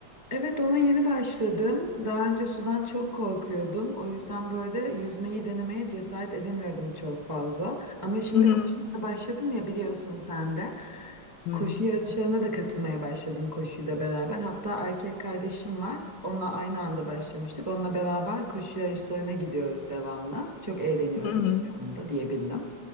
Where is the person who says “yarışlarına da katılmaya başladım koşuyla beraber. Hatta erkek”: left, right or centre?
Right